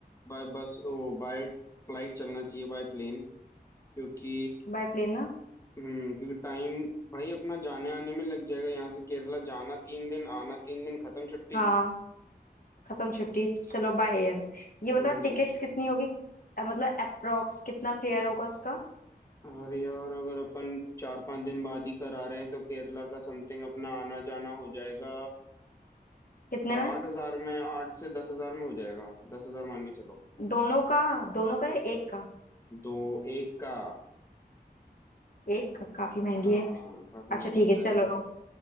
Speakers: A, on the left; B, on the left.
A: by bus or by flight चलना चाहिए बाय प्लेन क्योंकि
B: बाय प्लेन ना
A: हम्म क्योंकि टाइम भाई अपना जाने आने में लग जाएगा यहाँ से केरला जाना तीन दिन आना तीन दिन खत्म छुट्टी
B: हाँ खत्म छुट्टी चलो बाय एयर ये बताओ
A: हम्म
B: टिकट्स कितनी होगी अ, मतलब अप्रोक्स कितना फेयर होगा उसका
A: और यार अगर अपन चार पांच दिन बाद ही करा रहे हैं तो केरला का समथिंग अपना आना जाना हो जाएगा
B: कितने में
A: आठ हजार में आठ से दस हजार में हो जाएगा दस हजार मान के चलो
B: दोनों का दोनों का या एक का
A: दो एक का
B: एक का काफी महंगी
A: हाँ
B: है
A: काफी
B: अच्छा
A: महंगी
B: ठीक
A: है
B: है
A: तभी
B: चलो
A: तो